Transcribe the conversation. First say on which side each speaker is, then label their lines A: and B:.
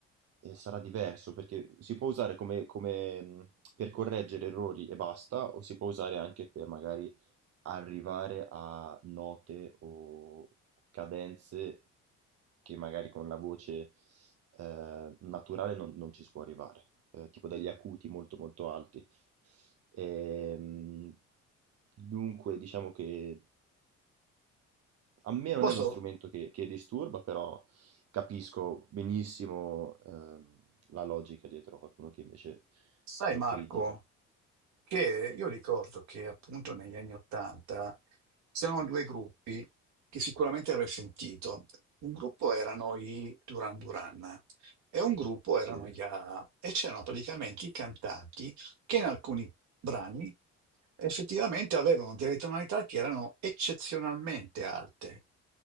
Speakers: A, on the right; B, on the right.
A: eh, sarà diverso perché si può usare come, come, mh, per correggere errori e basta o si può usare anche per magari arrivare a note o cadenze che magari con la voce eh, naturale non, non ci si può arrivare, eh, tipo degli acuti molto molto alti. Ehm, dunque diciamo che a me non
B: Posso
A: è uno strumento che, che disturba, però capisco benissimo ehm, la logica dietro a qualcuno che invece
B: Sai
A: lo
B: Marco,
A: critica.
B: che io ricordo che appunto negli anni Ottanta c'erano due gruppi che sicuramente avrai sentito. Un gruppo erano i Duran Duran e un gruppo
A: Sì,
B: erano gli A A e c'erano praticamente i cantanti che in alcuni brani effettivamente avevano delle tonalità che erano eccezionalmente alte